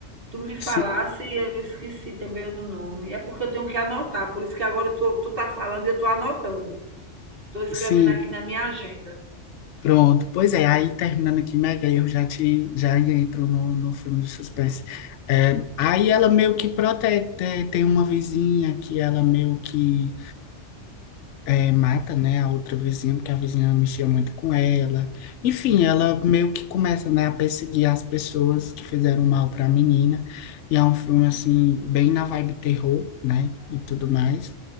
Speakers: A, on the right; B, on the left.
A: Tu me falasse
B: Si-
A: e eu esqueci também o nome. É porque eu tenho que anotar, por isso que agora eu tô, tu tá falando e eu tô anotando. Tô escrevendo
B: Sim,
A: aqui na minha agenda.
B: pronto. Pois é, aí terminando aqui, mega eu já te já entro no, no filme de suspense. É, aí ela meio que protege, te- tem uma vizinha que ela meio que é, mata, né, a outra vizinha, porque a vizinha mexia muito com ela. Enfim, ela meio que começa, né, a perseguir as pessoas que fizeram mal para a menina. E é um filme, assim, bem na vibe terror, né, e tudo mais.